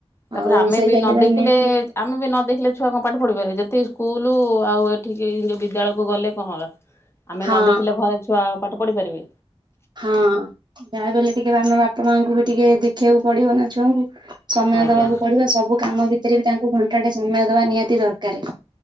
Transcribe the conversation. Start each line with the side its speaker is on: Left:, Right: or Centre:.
Left: ତାପରେ
Right: ଆଉ
Left: ଆମେ
Right: ସେଇ
Left: ବି
Right: ଯାଙ୍କେ
Left: ନ
Right: ତ
Left: ଦେଖିଲେ
Right: ନେ
Left: ଆମେ ବି ନ ଦେଖିଲେ ଛୁଆ କଣ ପାଠ ପଢିପାରିବେ। ଯେତିକି ସ୍କୁଲୁ ଆଉ ଏଠିକି ଯୋଉ ବିଦ୍ୟାଳୟକୁ ଗଲେ କଣ ହେଲା। ଆମେ
Right: ହଁ
Left: ନ ଦେଖିଲେ ଘରେ ଛୁଆ ପାଠ ପଢିପାରିବେ।
Right: ହଁ ଯାହା ବି ହେଲେ ଟିକେ ଆମ ବାପା ମାଆଙ୍କୁ ବି ଟିକେ ଦେଖିବାକୁ ପଡିବ ନା ଛୁଆଙ୍କୁ। ସମୟ
Left: ଆଜ୍ଞା
Right: ଦବାକୁ ପଡିବ। ସବୁ କାମ ଭିତରେ ବି ତାଙ୍କୁ ଘଣ୍ଟାଟେ ସମୟ ଦବା ନିହାତି ଦରକାରେ।